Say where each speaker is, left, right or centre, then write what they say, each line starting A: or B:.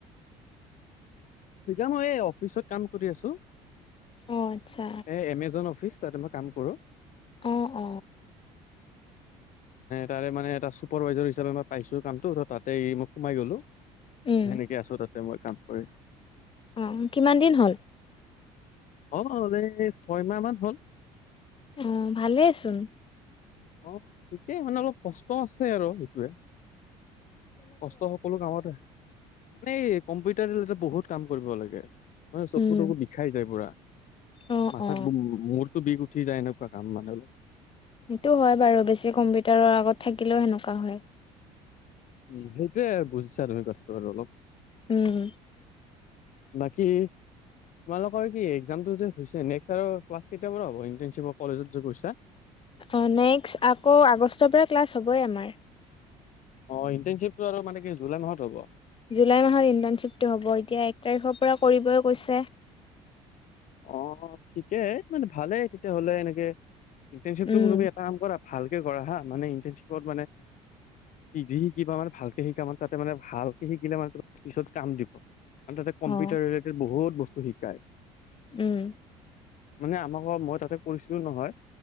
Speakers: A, on the left (about 55°); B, on the left (about 35°).
A: ইতা মই এই অফিচত কাম কৰি আছো
B: অ আচ্ছা
A: এ এমেজন অফিচ চা তমে মই কাম কৰো
B: অ অ
A: তাৰে মানে এটা চুপাৰভাইজাৰ হিচাপে মই পাইছো কামটো ত তাতেই মই সোমাই গলো
B: উম
A: সেনেকে আছো তাতে মই কাম কৰি
B: অ কিমান দিন হ'ল
A: অ এই ছয়মাহ মান হ'ল
B: অ ভালে চোন
A: অ সেটোয়েই মানে অলপ কষ্ট আছে আৰু সেইটোৱে কষ্ট সকলো কামতে মানে এই কম্পিউটাৰ লে বহুত কাম কৰিব লাগে মানে চকু
B: উম
A: তকু বিষাই যায় পুৰা
B: অ
A: মাথাত
B: অ
A: মূৰতো বিষ উঠি যায় এনেকুৱা কাম মানে অলপ
B: সেইটো হয় বাৰু বেছি কম্পিউটাৰৰ আগত থাকিলেও সেনেকুৱা হয়
A: উম সেইটোয়ে বুজিছা তুমি কথাটো আৰু অলপ ন
B: উম
A: বাকী তোমালোকৰ কি একজামটো যে হৈছে নেক্স ইয়াৰ ক্লাছ কেতিয়াৰ পৰা হ'ব ইন্টাৰ্ণশ্বিপৰ কলেজত যে গৈছা
B: অ নেক্সট আকৌ আগষ্টৰ পৰা ক্লাছ হ'বই আমাৰ
A: অ ইণ্টাৰ্ণশ্বিপটো আৰু মানে কি জুলাই মাহত হ'ব
B: জুলাই মাহত ইণ্টাৰ্ণশ্বিপটো হ'ব এতিয়া এক তাৰিখৰ পৰা কৰিবই কৈছে
A: অ ঠিকে মানে ভালেই তেতিয়া হ'লে এনেকে ইন্টাৰ্ণশ্বিপ টো
B: উম
A: তুমি এটা কাম কৰা ভালকে কৰা হা মানে ইণ্টাৰ্ণশ্বিপত মানে যি শিকিবা মানে ভালকে শিকা মানে তাতে মানে ভালকে শিকিলে মানে ত পিছত কাম দিব তাতে কম্পিউটাৰ
B: অ
A: ৰিলেটেড বহুত বস্তু শিকায়
B: উম
A: মানে আমাক মই তাতে কৰিছিলো নহয়